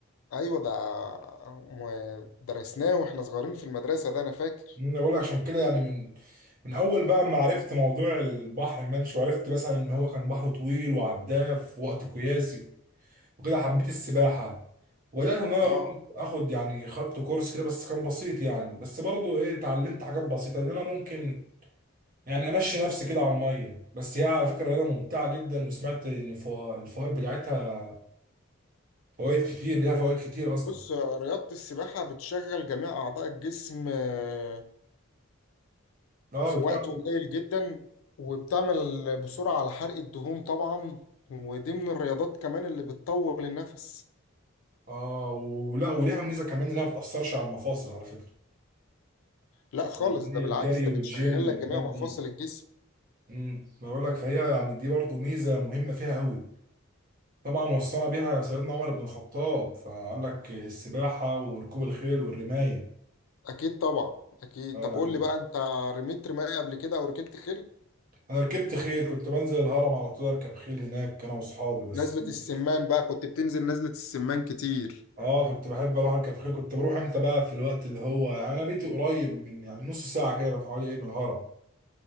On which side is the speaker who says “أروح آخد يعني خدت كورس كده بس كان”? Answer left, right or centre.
Right